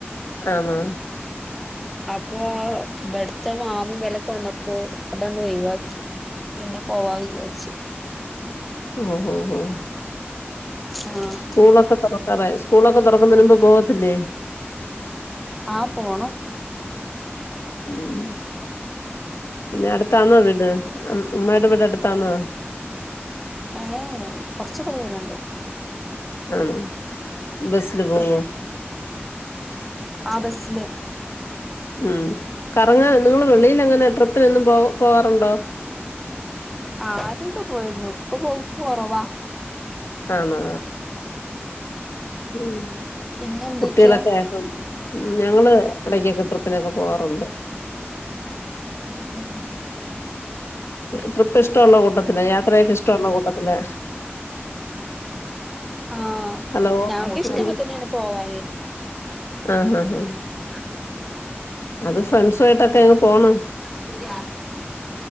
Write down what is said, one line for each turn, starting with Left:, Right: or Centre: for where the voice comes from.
Left: ആഹാ
Centre: അപ്പൊ വെടുത്ത മാമൻ വിലക്ക് വന്നപ്പോ അതന്ന് ഒഴിവാക്കി പിന്നെ പോവാന്ന് വിചാരിച്ചു
Left: ഓഹ് ഓഹ്
Centre: ആഹ്
Left: സ്കൂളൊക്കെ തുറക്കാറായോ സ്കൂളൊക്കെ തുറക്കുന്നതിന് മുമ്പ് പോകത്തില്ലേ
Centre: ആഹ പോണം
Left: ഉം പിന്നെ അടുത്താണോവീട് ഉമ്മാടെ വീട് അടുത്താന്നോ
Centre: ഏഹ് കൊറച് ദൂരം ഉണ്ട്
Left: ആണോ ബസില് പോവോ
Centre: ആഹ് ബസ്സില്
Left: ഉം കറങ്ങാന നിങ്ങൾ വെളിൽ എങ്ങനെ ട്രിപ്പിനന്നും പോ പോവാറുണ്ടോ
Centre: ആഹ് ആദ്യക്കെ പോയിരുന്നു ഇപ്പൊ പോക്‌ കൊറവാ
Left: ആന്നാ ഉം
Centre: പിന്നെ എന്തൊക്കെയാ
Left: കുട്ടികളൊക്കെ ആയപ്പ ഉം ഞങ്ങള് ഇടക്കൊക്കെ ട്രിപ്പിനൊക്കെ പോകാറുണ്ട്
Centre: <unintelligible>
Left: ട്രിപ്പ് ഇഷ്ടമുള്ള കൂട്ടത്തില് യാത്രയൊക്കെ ഇഷ്ടമുള്ള കൂട്ടത്തില് <unintelligible>
Centre: ആഹ്
Left: ഹലോ
Centre: ഞങ്ങക്ക ഇഷ്ടക്കെ
Left: ഉം.
Centre: തന്നെ പോവാന്
Left: ആഹ് ആഹ് ആഹ്
Centre: <unintelligible>
Left: അത് ഫ്രണ്ട്സ് ആയിട്ടൊക്കെ അങ്ങ് പോണം
Centre: ശരിയാ